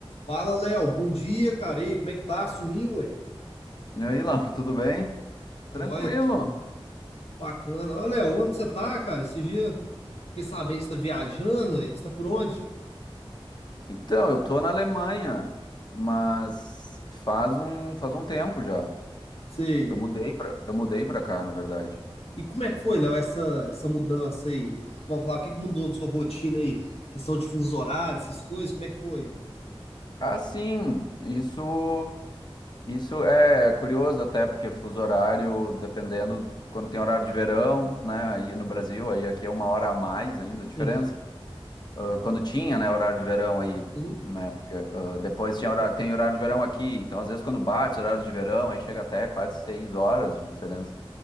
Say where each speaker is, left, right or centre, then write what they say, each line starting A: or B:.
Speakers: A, on the left; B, on the left.
A: Fala, Léo. Bom dia, cara. E aí, como é que tá? Sumiu, aí?
B: E aí, Laura, tudo bem? Tranquilo.
A: Joia, tudo bacana. Ô, Léo, onde você tá, cara? Esse dia fiquei sabendo que você tá viajando, aí. Você tá por onde?
B: Então, eu tô na Alemanha, mas faz um, faz um tempo já.
A: Sei.
B: Eu mudei pra, eu mudei pra cá, na verdade.
A: E como é que foi, Léo, essa, essa mudança aí? Vamos falar, o que que mudou na sua rotina aí? Questão de fuso horário, essas coisas, como é que foi?
B: Ah, sim, isso, isso é curioso até, porque fuso horário, dependendo, quando tem horário de verão, né, aí no Brasil, aí aqui é uma hora a mais ainda, a diferença.
A: Uhum.
B: ah, quando tinha, né, horário de verão aí,
A: Sim.
B: né, porque ah, depois tinha horário, tem horário de verão aqui, então às vezes quando bate horário de verão, aí chega até quase seis horas de diferença.